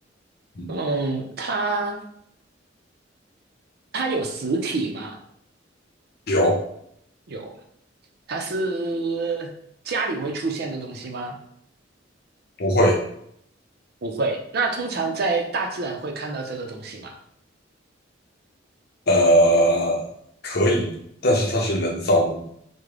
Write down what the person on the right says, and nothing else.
嗯，它它有实体吗？
有。它是家里会出现的东西吗？
不会。那通常在大自然会看到这个东西吗？